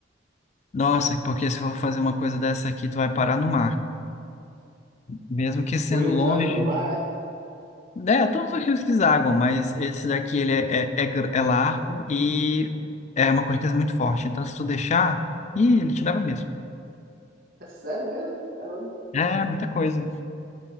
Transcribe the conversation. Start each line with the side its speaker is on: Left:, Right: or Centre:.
Left: Nossa, porque se eu for fazer uma coisa dessa aqui, tu vai parar no mar. Mesmo que sendo
Right: O rio deságua
Left: longe.
Right: no mar
Left: É, todos os rios desaguam, mas esse daqui ele é, é, é, gr- é largo e é uma correnteza muito forte. Então, se tu deixar, ih, ele te leva mesmo.
Right: É sério mesmo? Caramba.
Left: É, muita coisa.